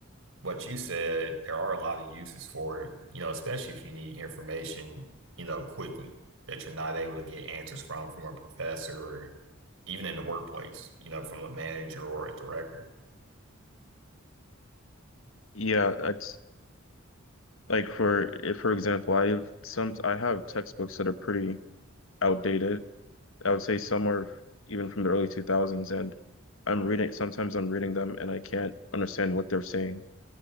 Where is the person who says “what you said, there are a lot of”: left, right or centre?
Right